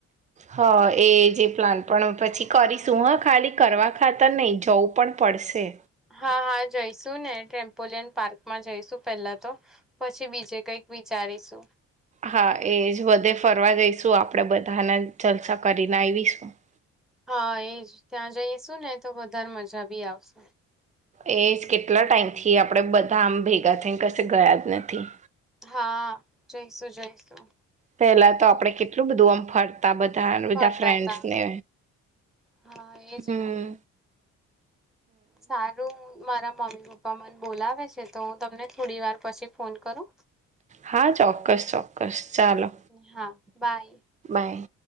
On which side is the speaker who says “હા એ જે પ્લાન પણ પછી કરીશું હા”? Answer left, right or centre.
Right